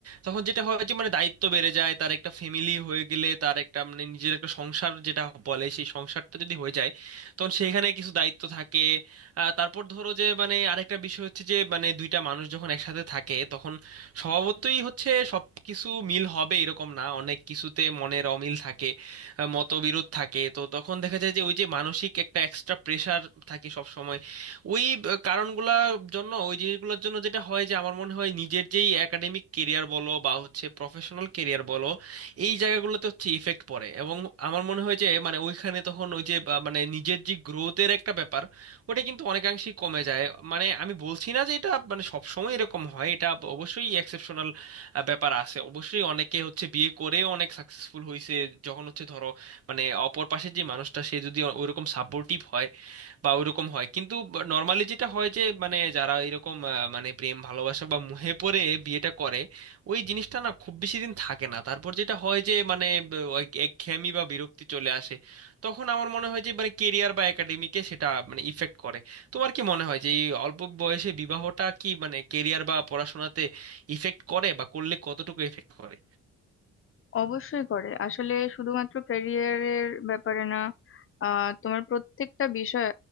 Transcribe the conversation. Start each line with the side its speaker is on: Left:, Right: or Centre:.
Right: তখন যেটা হয় যে মানে দায়িত্ব বেড়ে যায় তার একটা ফ্যামিলি হয়ে গেলে তার একটা মানে নিজের একটা সংসার যেটা বলে সেই সংসারটা যদি হয়ে যায় তখন সেখানে কিছু দায়িত্ব থাকে আহ, তারপর ধরো যে মানে আরেকটা বিষয় হচ্ছে যে মানে দুইটা মানুষ যখন একসাথে থাকে তখন স্বভাবতই হচ্ছে সব কিছু মিল হবে এরকম না অনেক কিছুতে মনের অমিল থাকে আহ, মতবিরোধ থাকে তো তখন দেখা যায় যে ওই যে মানসিক একটা এক্সট্রা প্রেশার থাকে সবসময় ওই ব- কারণগুলোর জন্য ওই জিনিসগুলোর জন্য যেটা হয় যে আমার মনে হয় নিজের যেই একাডেমিক কেরিয়ার বলো বা হচ্ছে প্রফেশনাল কেরিয়ার বলো এই জায়গাগুলোতে হচ্ছে ইফেক্ট পড়ে এবং আমার মনে হয় যে মানে ওইখানে তখন ওই যে বা মানে নিজের যে গ্রোথের একটা ব্যাপার ওটা কিন্তু অনেকাংশেই কমে যায় মানে আমি বলছি না যে এটা মানে সবসময় এরকম হয় এটা অবশ্যই এক্সেপশনাল ব্যাপার আছে অবশ্যই অনেকে হচ্ছে বিয়ে করে অনেক সাকসেসফুল হয়েছে যখন হচ্ছে ধরো মানে অপর পাশের যে মানুষটা সে যদি ওইরকম সাপোর্টিভ হয় বা ওইরকম হয় কিন্তু নর্মালি যেটা হয় যে মানে যারা এরকম আহ, মানে প্রেম ভালোবাসা বা মুহে পড়ে বিয়েটা করে ওই জিনিসটা না খুব বেশি দিন থাকে না তারপর যেটা হয় যে মানে ব- ওই একঘেয়েমি বা বিরক্তি চলে আসে তখন আমার মনে হয় যে মানে কেরিয়ার বা একাডেমিকে সেটা মানে ইফেক্ট করে তোমার কি মনে হয় যে এই অল্প বয়সে বিবাহটা কি মানে কেরিয়ার বা পড়াশোনাতে ইফেক্ট করে বা করলে কতটুকু ইফেক্ট করে
Left: অবশ্যই করে আসলে শুধুমাত্র ক্যারিয়ারের ব্যাপারে না আহ তোমার প্রত্যেকটা বিষয়